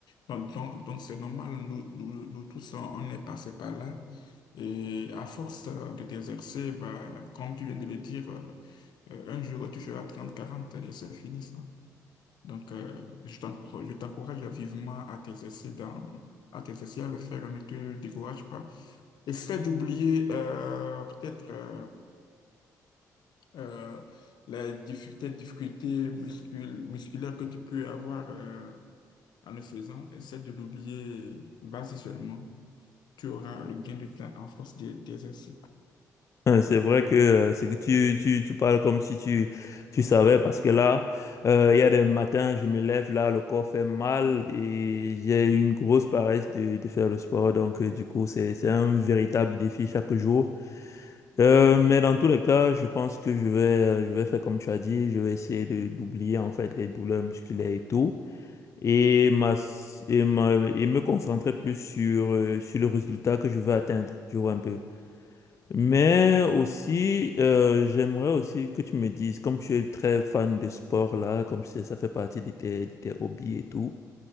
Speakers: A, on the left (about 65°); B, on the left (about 40°).
A: Donc, donc, donc c'est normal, nous, nous, nous tous, on on est passé par là. Et à force euh, de t'exercer, bah, comme tu viens de le dire, euh, euh, un jour tu feras trente quarante et c'est fini ça. Donc, euh, je t'encour- je t'encourage vivement à t'exercer dans, à t'exercer à le faire, ne te décourage pas. Essaie d'oublier euh, peut-être euh, euh, les difficultés, difficultés muscul- musculaires que tu peux avoir euh, en le faisant. Essaie de l'oublier. Vas-y seulement. Tu auras le gain de temps en force d'e- d'exercer.
B: Hein, C'est vrai que euh, c'est que tu, tu, tu parles comme si tu, tu savais, parce que là, euh, il y a des matins, je me lève, là, le corps fait mal et j'ai une grosse paresse de, de faire le sport. Donc, euh, du coup, c'est, c'est un véritable défi chaque jour. Euh, mais dans tous les cas, je pense que je vais, euh, je vais faire comme tu as dit, je vais essayer de, d'oublier en fait les douleurs musculaires et tout. et, ma- et, ma- et me concentrer plus sur, euh, sur le résultat que je veux atteindre, tu vois un peu. Mais aussi, euh, j'aimerais aussi que tu me dises, comme tu es très fan de sport là, comme c'est- ça fait partie de tes, de tes hobbies et tout,